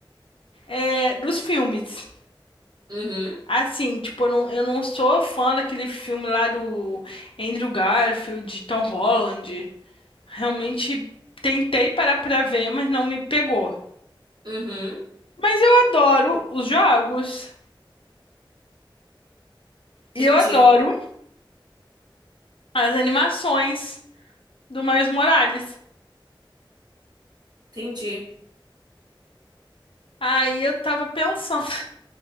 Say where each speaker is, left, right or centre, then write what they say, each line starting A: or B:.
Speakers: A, on the left; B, on the right.
A: é, dos filmes.
B: Uhum,
A: Assim, tipo, eu não, eu não sou fã daquele filme lá do Andrew Garfield, Tom Holland. Realmente tentei parar pra ver, mas não me pegou.
B: uhum.
A: Mas eu adoro os jogos
B: Entendi,
A: e eu adoro as animações do Miles Morales.
B: entendi.
A: Aí eu tava pensando. <laughs>